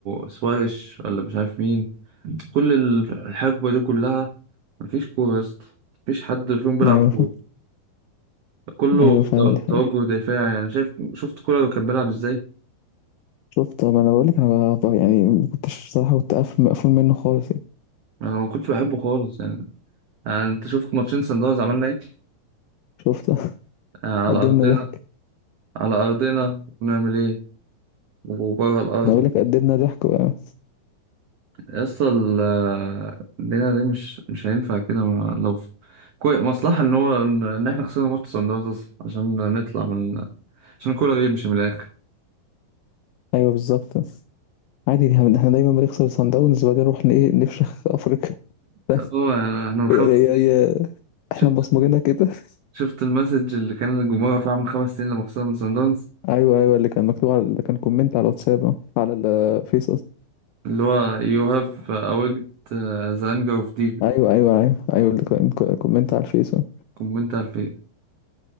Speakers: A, on the right; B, on the left.
A: سواريش ولا مش عارف مين كل الحقبة دي كلها مفيش كورة يا اسطى مفيش حد فيهم بيلعب
B: أيوة
A: كورة
B: فاهم.
A: كله
B: أيوة فعلا
A: تو-
B: دي حقيقة
A: توجه دفاعي يعني شايف شفت كولر كان بيلعب ازاي
B: شفت ما أنا بقولك أنا ب- ب- يعني ما كنتش صراحة كنت قافل مقفول منه خالص يعني
A: انا ما كنتش بحبه خالص يعني يعني انت شفت ماتشين سان داونز عملنا ايه
B: شفت <laughs>
A: آه، على
B: قدمنا
A: ارضنا
B: ضحك
A: على ارضنا ونعمل ايه وبره الارض
B: أنا بقولك قدمنا ضحك بقى
A: يا اسطى ال- آه، الدنيا دي مش مش هينفع كده ما- لو في- كويس مصلحة ان هو ان إن احنا خسرنا ماتش سان داونز أصلاً عشان نطلع من عشان كولر يمشي من الاخر
B: أيوة بالظبط عادي دي- احنا دايما بنخسر صن داونز وبعدين نروح ن- إيه نفشخ أفريقيا <laughs>
A: اه يعني احنا من خمس
B: هي
A: سنين
B: هي احنا
A: شفت
B: مبصمجينها كده <laughs>
A: شفت المسج اللي كان الجمهور رافعه من خمس سنين لما خسرنا من سان داونز
B: ايوه ايوه اللي كان مكتوب على اللي كان كومنت على الواتساب أهو، على الفيس قصدي
A: اللي هو you have awaked uh, the anger of deep
B: ايوه ايوه ايوه ايوه اللي كان كو- كومنت على الفيس أهو.
A: كومنت 2000